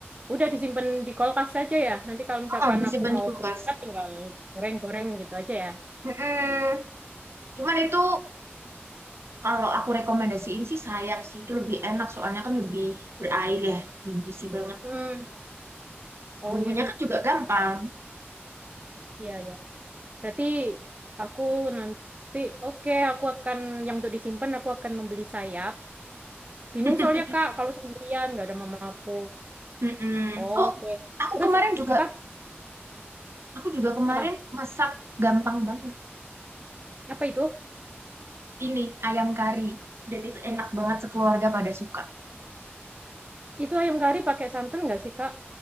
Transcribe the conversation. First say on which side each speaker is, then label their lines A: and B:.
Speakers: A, on the right; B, on the right.
A: udah disimpan di kulkas saja ya nanti kalau misalkan
B: Oh, disimpan
A: aku
B: di
A: mau
B: kulkas.
A: berangkat tinggal goreng-goreng gitu aja ya
B: Mm-mm. Cuman itu kalau aku rekomendasiin sih sayap sih itu lebih enak soalnya kan lebih berair ya, lebih juicy banget.
A: hmm oh
B: Bumbunya
A: iya deh
B: kan juga gampang.
A: Ntar. Iya ya Berarti aku nanti, oke, aku akan, yang untuk disimpan, aku akan membeli sayap. Bingung
B: <laughs>
A: soalnya, Kak, kalau sendirian, nggak ada mama aku.
B: Mm-mm.
A: Oke.
B: Oh, aku
A: Terus,
B: kemarin juga,
A: apa?
B: aku juga kemarin
A: Apa?
B: masak gampang banget.
A: Apa itu?
B: Ini ayam kari dan itu enak banget sekeluarga pada suka.
A: Itu ayam kari pakai santan nggak sih, Kak?